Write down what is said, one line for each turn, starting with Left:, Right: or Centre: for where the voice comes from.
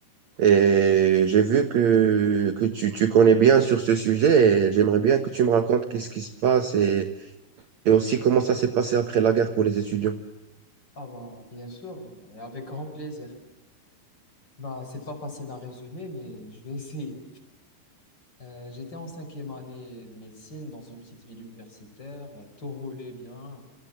Right: et j'ai vu que, que tu, tu connais bien sur ce sujet et j'aimerais bien que tu me racontes qu'est-ce qui se passe et, et aussi comment ça s'est passé après la guerre pour les étudiants.
Left: Ah bah bien sûr, et avec grand plaisir. Bah c'est pas facile à résumer, mais je vais essayer. Euh, j'étais en cinquième année de médecine dans une petite ville universitaire, euh, tout roulait bien.